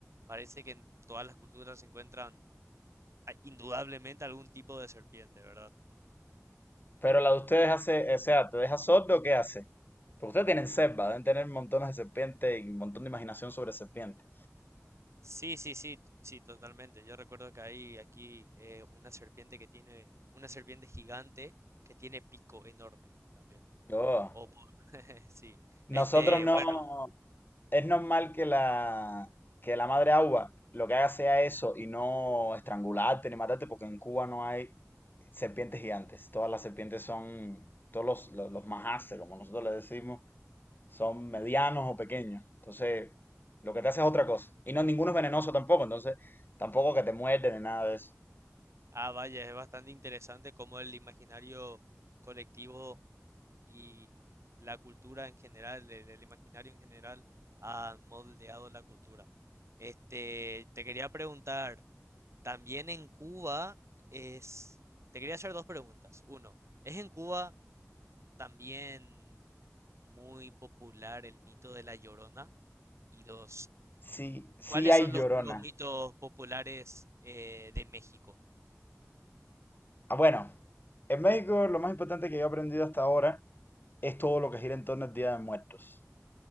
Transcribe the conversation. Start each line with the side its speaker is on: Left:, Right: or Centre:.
Right: parece que en todas las culturas se encuentran a- indudablemente algún tipo de serpiente, ¿verdad?
Left: Pero la de ustedes hace, o sea, ¿te deja sordo o qué hace? Porque ustedes tienen selva, deben tener montones de serpientes y un montón de imaginación sobre serpientes.
Right: Sí, sí, sí, sí, totalmente. Yo recuerdo que hay aquí eh, una serpiente que tiene, una serpiente gigante que tiene pico enorme también.
Left: Yo,
Right: O por- <laughs> sí.
Left: nosotros
Right: Este,
Left: no,
Right: bueno,
Left: Es normal que la, que la madre agua lo que haga sea eso y no estrangularte ni matarte, porque en Cuba no hay serpientes gigantes. Todas las serpientes son, todos los, los, los majaces, como nosotros le decimos, son medianos o pequeños. Entonces, lo que te hace es otra cosa. Y no, ninguno es venenoso tampoco, entonces tampoco que te muerden ni nada de eso.
Right: ah, vaya, es bastante interesante cómo el imaginario colectivo y la cultura en general, el, el imaginario en general, ha moldeado la cultura. Este, te quería preguntar. También en Cuba es... Te quería hacer dos preguntas. Uno, ¿es en Cuba también muy popular el mito de la Llorona? Y dos,
Left: Sí, sí
Right: ¿cuáles
Left: hay
Right: son
Left: llorona.
Right: los, los mitos populares eh, de México?
Left: Ah, bueno, en México lo más importante que yo he aprendido hasta ahora es todo lo que gira en torno al Día de Muertos.